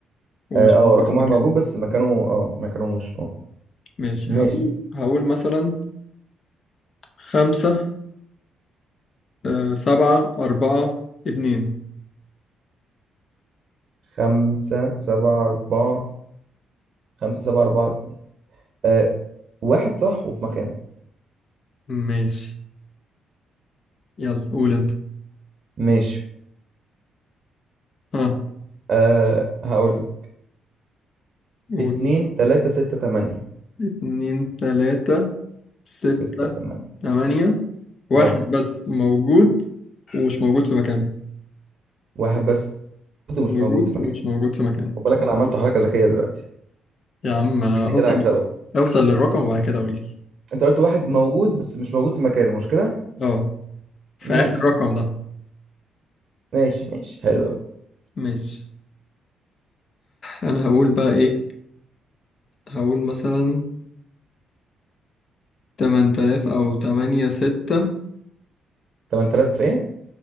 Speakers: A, on the left; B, on the right.
A: ومش
B: اه آه،
A: موجود
B: رقم
A: في مكانه
B: واحد موجود بس مكانه اه مكانه مش اه
A: ماشي
B: ماشي
A: هقول هقول مثلا خمسة آه سبعة أربعة اتنين
B: خمسة سبعة أربعة خمسة سبعة أربعة آه واحد صح وفي مكانه
A: ماشي يلا قول أنت
B: ماشي
A: ها
B: آه هقول
A: قول.
B: اتنين تلاتة ستة تمانية
A: اتنين تلاتة ستة
B: ستة تمانية
A: تمانية واحد
B: اه
A: بس موجود ومش موجود في مكانه
B: واحد بس برضه مش
A: موجود
B: موجود في مكانه
A: ومش موجود في مكانه
B: خد بالك انا عملت حركة ذكية دلوقتي
A: يا عم اوصل
B: شكلي كده هكسبك
A: اوصل للرقم وبعد كده قولي
B: انت قلت واحد موجود بس مش موجود في مكانه مش كده
A: اه في
B: ماشي
A: آخر رقم ده
B: ماشي ماشي حلو قوي
A: ماشي أنا هقول بقى إيه هقول مثلا تمن تلاف أو تمانية ستة
B: 8000 ايه